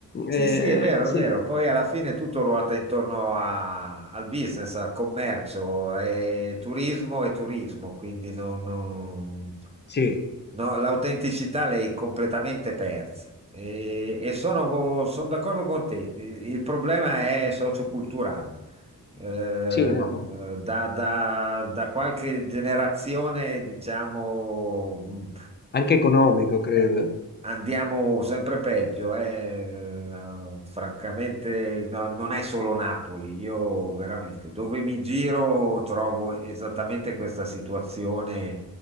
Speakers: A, on the right; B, on the left.
A: sì,
B: eh,
A: sì, è vero,
B: sì,
A: è vero. Poi alla fine tutto ruota intorno a- al business, al commercio, e turismo e turismo, quindi non- non-
B: sì,
A: no, l'autenticità l'hai completamente persa. E, e sono, sono d'accordo con te, il, il problema è socioculturale. Eh,
B: sì, no,
A: da, da- da qualche generazione, diciamo, mh,
B: anche economico, credo.
A: Andiamo sempre peggio, eh. Francamente no- non è solo Napoli, io veramente dove mi giro trovo esattamente questa situazione.